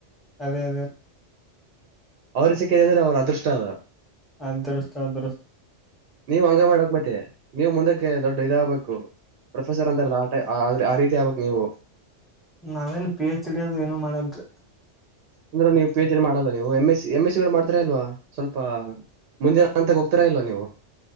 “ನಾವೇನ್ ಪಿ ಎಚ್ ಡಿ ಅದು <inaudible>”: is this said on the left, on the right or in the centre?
Centre